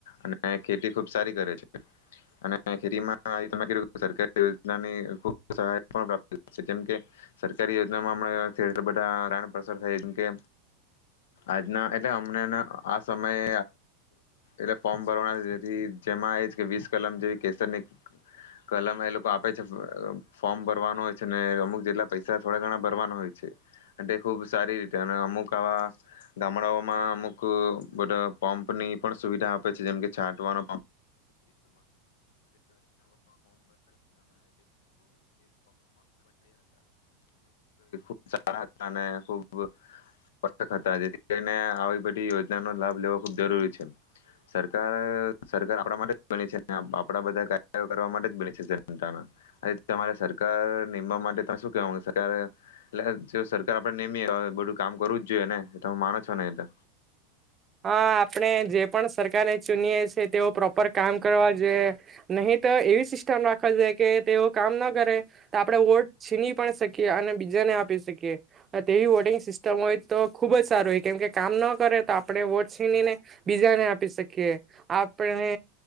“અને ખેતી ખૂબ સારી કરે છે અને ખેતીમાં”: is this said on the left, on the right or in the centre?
Left